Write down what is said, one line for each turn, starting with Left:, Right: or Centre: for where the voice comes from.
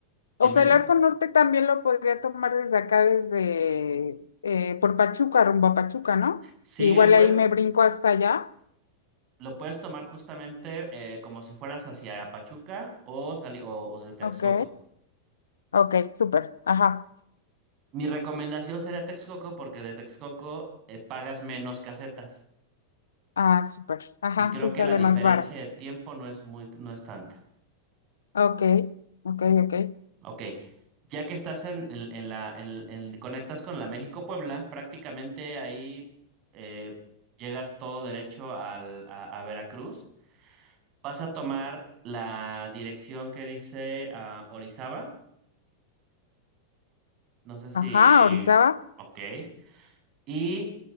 Left: O
Right: dime,
Left: sea,
Right: dime.
Left: el arco norte también lo podría tomar desde acá, desde eh, por Pachuca, rumbo a Pachuca, ¿no?
Right: Sí,
Left: Igual
Right: lo puedes,
Left: ahí me brinco hasta allá.
Right: lo puedes tomar justamente eh, como si fueras hacia Pachuca o, sali- o, o de Texcoco.
Left: Ok, ok, súper. Ajá,
Right: Mi recomendación sería Texcoco porque de Texcoco eh, pagas menos casetas
Left: ah, súper. Ajá,
Right: y creo
Left: sí
Right: que
Left: sale
Right: la diferencia
Left: más barato.
Right: de tiempo no es muy, no es tanta.
Left: Ok, ok, ok.
Right: Ok, ya que estás en, en- en la, en, en- conectas con la México-Puebla, prácticamente ahí eh, llegas todo derecho al, a, a Veracruz. Vas a tomar la dirección que dice ah, Orizaba. No sé si...
Left: Ajá, Orizaba.
Right: Ok. Y